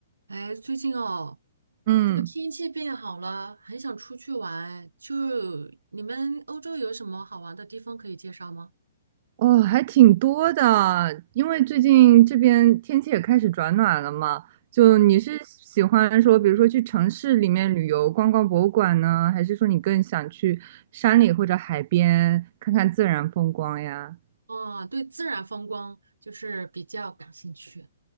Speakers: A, on the right (about 90°); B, on the right (about 45°).
A: 哎，最近哦，
B: 嗯，
A: 这个天气变好了，很想出去玩。就你们欧洲有什么好玩的地方可以介绍吗？
B: 哦，还挺多的，因为最近这边天气也开始转暖了嘛。就你是喜欢说，比如说去城市里面旅游，逛逛博物馆呢，还是说你更想去山里或者海边看看自然风光呀？
A: 啊，对，自然风光就是比较感兴趣